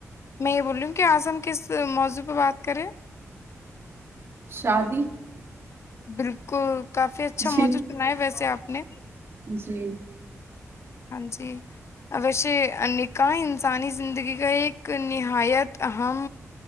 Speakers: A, on the left; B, on the right.
A: میں یہ بول رہی ہوں کیا اعظم کس موضوع پہ بات کرے
B: شادی
A: برکو <unintelligible> کافی اچھا
B: جی
A: موجود سنا ہے ویس آپ میں
B: جی
A: ہاں جی ویشے نکاح انسانی زندگی کا ایک نہایت اہم